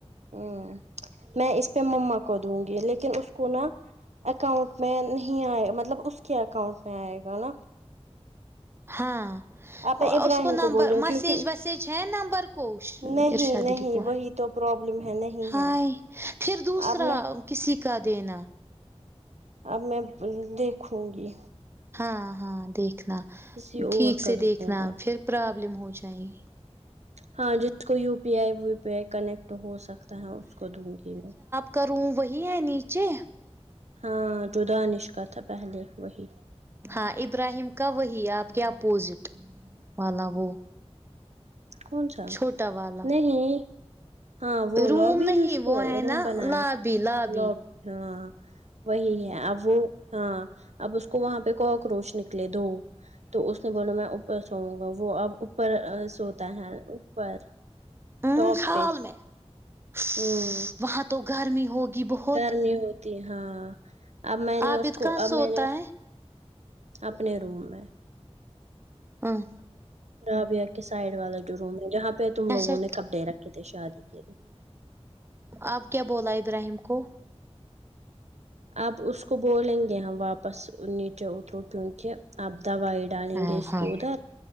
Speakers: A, on the right; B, on the right.
A: ہوں میں اس پہ مما کو دوں گی لیکن اس کو نا اکاؤنٹ میں نہیں آئے مطلب اس کے اکاؤنٹ میں آئے گا نا
B: ہاں
A: آپ میں ابراہیم
B: اس کو نمبر
A: بولوں
B: مسیج
A: کیونکہ
B: ویسیج ہے نمبر کچھ
A: نہیں
B: ارشاد
A: نہیں
B: دیدی کو
A: وہی
B: ہے
A: تو پرابلم ہے نہیں
B: ہائے
A: ہے
B: پھر دوسرا
A: اب میں
B: کسی کا دینا
A: اب میں دیکھوں گی
B: ہاں ہاں دیکھنا
A: کسی اور
B: ٹھیک
A: کا
B: سے
A: دوں
B: دیکھنا
A: گی
B: پھر پرابلم ہو جائے گی
A: ہاں جس کو یو پی آئی وو پی آئی کنیکٹ ہو سکتا ہے اس کو دونگی میں
B: کروں وہی ہے نیچے
A: ہاں جو دانش کا تھا پہلے وہی
B: ہاں ابراہیم کا وہی آپ کے اپوزٹ والا وہ
A: کون سا
B: چھوٹا والا
A: نہیں ہاں وہ
B: روم
A: لوبی
B: نہیں
A: جس
B: وہ
A: کو
B: ہے
A: روم
B: نا
A: بنایا
B: لابی لابی
A: لوبی ہاں وہی ہے اب وہ ہاں اب اس کو وہاں پہ کوکروچ نکلے دو تو اس نے بولا میں اوپر تو وہ اب اوپر سوتا ہے اوپر
B: اممم
A: ٹاپ
B: حال
A: پہ
B: میں اسسس
A: ہوں
B: وہاں تو گرمی ہوگی بہت
A: گرمی ہوتی ہاں اب میں نے
B: عابد
A: اس کو
B: کہاں
A: اب
B: سوتا
A: میں نے
B: ہے
A: اپنے روم میں
B: اح
A: رابیا کے سائڈ والا جو روم ہے جہاں پہ تم
B: اچھا
A: لوگوں نے کپڑے رکھے تھے شادی کے لیے
B: آپ کیا بولا ابراہیم کو
A: اب اس کو بولیں گے ہم واپس نیچے اترو کیونکہ اب دوائی ڈالیں
B: ہاں
A: گے اس
B: ہاں
A: کو ادھر